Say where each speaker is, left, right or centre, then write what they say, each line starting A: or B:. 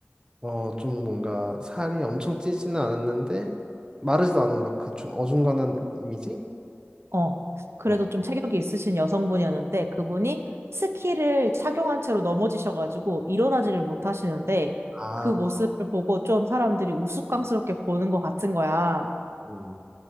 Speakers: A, on the right; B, on the right.
A: 어, 좀 뭔가 살이 엄청 찌지는 않았는데 마르지도 않은 막 그 좀 어중간한 이미지?
B: 어. 그래도
A: 어,
B: 좀 체격이 있으신 여성분이었는데 그분이 스키를 착용한 채로 넘어지셔가지고 일어나지를 못하시는데
A: 아,
B: 그 모습을
A: 어.
B: 보고 좀 사람들이 우스꽝스럽게 보는 것 같은 거야.
A: 음.